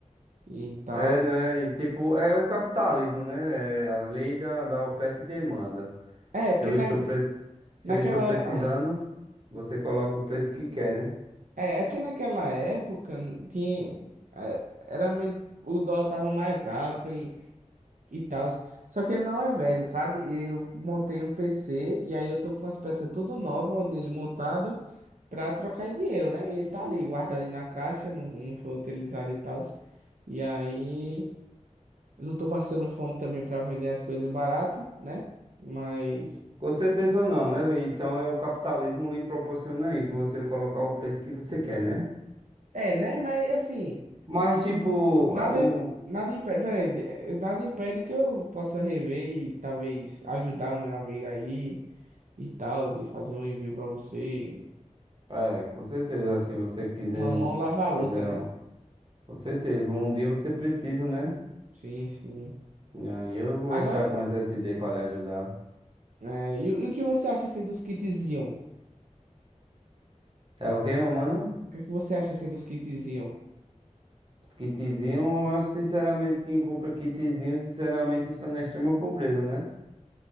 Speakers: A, on the right (about 80°); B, on the right (about 40°).
A: e tal.
B: É, né? E tipo, é o capitalismo, né? É a lei da, da oferta e demanda.
A: É,
B: Se
A: é porque
B: eu
A: na,
B: estou, pre... Se
A: naquela,
B: eu estou precisando,
A: ah,
B: você coloca o preço que quer, né?
A: é, é porque naquela época tinha é, era meio, o dólar tava mais alto, foi e tal. Só que ele não é velho, sabe? Eu montei um PC e aí eu tô com as peças tudo nova nele montado pra trocar em dinheiro, né? E ele tá ali guardado ali na caixa, não, não foi utilizado e tal. E aí eu não tô passando fome também pra vender as coisas barato, né? Mas
B: Com certeza não, né? Então é o capitalismo lhe proporciona isso, você colocar o preço que você quer, né?
A: é, né? Mas assim,
B: Mas tipo,
A: nada
B: a- o
A: nada impede, peraí, eh, nada impede que eu possa rever e talvez ajudar o meu amigo aí. E tal, e fazer um envio pra você
B: é, com certeza, assim, você quisendo,
A: Uma mão lava a outra,
B: quiser,
A: né?
B: com certeza, um dia você precisa, né?
A: Sim, sim.
B: E aí eu vou
A: Agora,
B: estar com SSD para lhe ajudar.
A: é, e, o e o que você acha assim dos kits Ion? O
B: É o quê, meu mano?
A: que é que você acha assim dos kits Ion?
B: Os kitzinhos, eu acho sinceramente quem compra kitzinho, sinceramente, está na extrema pobreza, né?